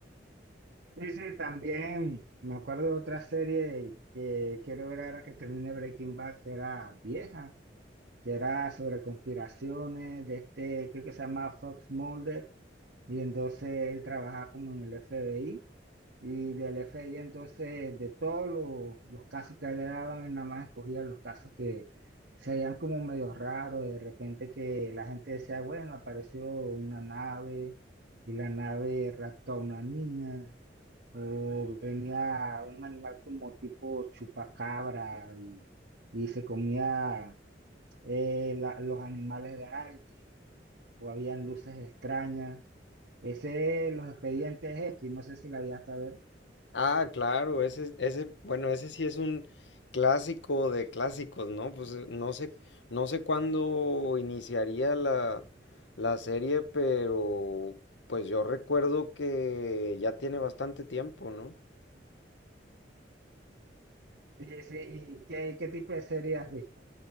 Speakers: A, on the right (about 70°); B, on the left (about 80°).
A: Sí, sí, también me acuerdo de otra serie que quiero ver ahora que termine Breaking Bad, que era vieja que era sobre conspiraciones de este, creo que se llama Fox Mulder, y entonces él trabajaba como en el FBI, y del FBI entonces de todos los, los casos que a él le daban, él nada más escogía los casos que se veían como medio raros, de repente que la gente decía, bueno, apareció una nave, y la nave raptó a una niña, o venía un animal como tipo chupacabra, y y se comía eh, la- los animales de Arch, o habían luces extrañas. Ese, los expedientes X, no sé si la llegaste a ver.
B: Ah, claro, ese, ese, bueno, ese sí es un clásico de clásicos, ¿no? Pues eh, no sé, no sé cuándo iniciaría la, la serie, pero pues yo recuerdo que ya tiene bastante tiempo, ¿no?
A: Sí, sí, ¿y qué, qué tipo de serie has visto?